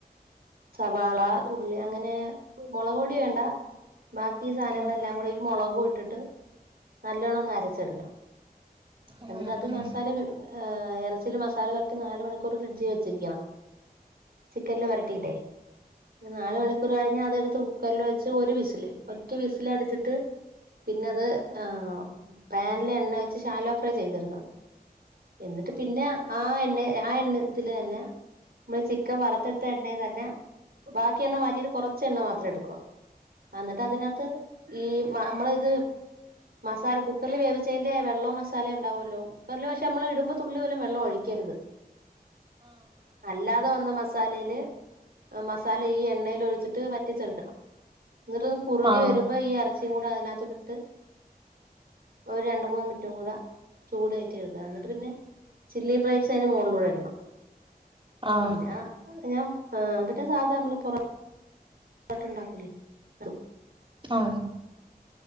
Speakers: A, on the right (about 65°); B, on the right (about 30°).
A: സവാള ഉള്ളി അങ്ങനെ മുളക്പൊടി വേണ്ട ബാക്കി സാനങ്ങളെല്ലാം
B: ആഹ്
A: കൂടെ ഈ മൊളക് ഇട്ടിട്ട് നല്ലവണ്ണം ഒന്ന് അരച്ചെടുക്കണം
B: ആഹ്
A: എന്നിട്ട് അത്
B: ആഹ്
A: മസാല ഏ എറച്ചില് മസാല പെരട്ടി നാല് മണിക്കൂറ് ഫ്രിഡ്ജി വച്ചിരിക്കണം ചിക്കനില് വരട്ടിട്ടേ പിന്നെ നാല് മണിക്കൂറ് കഴിഞ്ഞാ അതെടുത്ത് കുക്കറില് വെച്ച് ഒരു വിസില് ഒറ്റ വിസലടിച്ചിട്ട് പിന്നെ അത് ആ പാനിലെ എണ്ണ ഷാലോഫ്രൈ ചെയ്തെടുക്കണം എന്നിട്ട് പിന്നെ ആ എണ്ണെ ആ എണ്ണതില് തന്നെ നമ്മള് ചിക്കൻ വറുത്തെടുത്ത എണ്ണെ തന്നെ ബാക്കി എണ്ണ മാറ്റിയിട്ട് കുറച്ച് എണ്ണ മാത്രം എട്- ക്കോ അന്നിട്ട് അതിനത്ത് ഈ നമ്മള് ഇത് മസാല കുക്കറിൽ വേവിച്ചേന്റെ വെ ള്ളോ മ സാല ഒണ്ടാവുല്ലോ കുക്കറിൽ പഷേ നമ്മള് ഇടുമ്പ തുള്ളി പോലും വെള്ളം ഒഴിക്കരുത് അല്ലാതെ വന്ന മസ് മസാലയില് മസാല ഈ എണ്ണയില് ഒഴിച്ചിട്ട് വറ്റിച്ചെടുക്കണം എന്നിട്ടൊന്ന് കുറുകി
B: ആഹ്
A: വരുമ്പോ ഈ അര ച്ചീകൂടെ അയിനാത്തോട്ടിട്ട് ഒരു രണ്ട് മൂന്ന് മി നിറ്റും കൂട ചൂട് കേറ്റി എടുക്ക എന്നട്ട് പിന്നെ ചില്ലി ഫ്ലൈറ്റ്സ് അതിന് മോളിലൂടെ ഇടണം
B: ആഹ്
A: പിന്നെ ഞാൻ ആഹ് പിന്നെ സാധാ നമ്മള് പൊറോ ട്ടണ്ടാക്കൂലേ അതും
B: ആഹ്